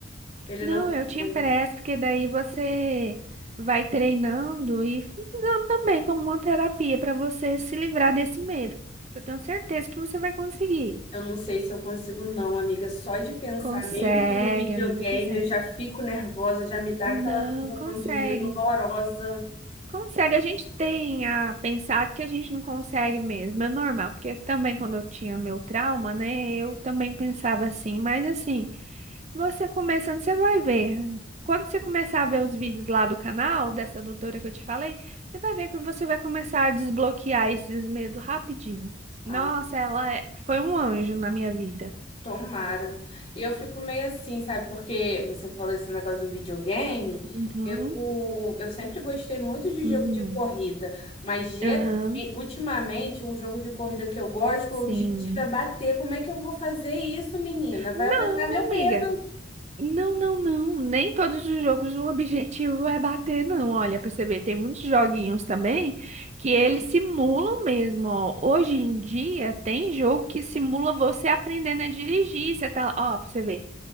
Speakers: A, on the left (about 30°); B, on the right (about 35°).
A: Ele
B: Não,
A: não
B: eu te
A: tem.
B: empresto, porque daí você vai treinando e usando também como uma terapia para você se livrar desse medo. Eu tenho certeza que você vai conseguir.
A: Eu não sei se eu consigo, não, amiga. Só de pensar,
B: Consegue,
A: mesmo no videogame,
B: amiga, consegue.
A: eu já fico nervosa, já me dá
B: Não,
A: aquela sensação
B: consegue.
A: de medo horrorosa.
B: Consegue. A gente tem a pensado que a gente não consegue mesmo, é normal, porque também quando eu tinha meu trauma, né, eu também pensava assim, mas assim. Você começando, você vai ver. Quando você começar a ver os vídeos lá do canal, dessa doutora que eu te falei, você vai ver que você vai começar a desbloquear esses medos rapidinho.
A: Ah,
B: Nossa, ela é- foi um anjo na minha vida.
A: tomara. E eu fico meio assim, sabe? Porque você falou esse negócio do videogame.
B: Uhum.
A: Eu, eu sempre gostei muito de
B: Hum.
A: jogo de corrida, mas geralmente,
B: Aham,
A: ultimamente, o jogo de corrida que eu gosto,
B: sim.
A: o objetivo é bater. Como é que eu vou fazer isso, menina? Vai
B: Não,
A: aumentar meu medo.
B: amiga. Não, não, não. Nem todos os jogos o objetivo é bater, não. Olha, pra você ver, tem muitos joguinhos também que eles simulam mesmo, ó. Hoje em dia tem jogo que simula você aprendendo a dirigir. Você tá lá, ó, pra você ver.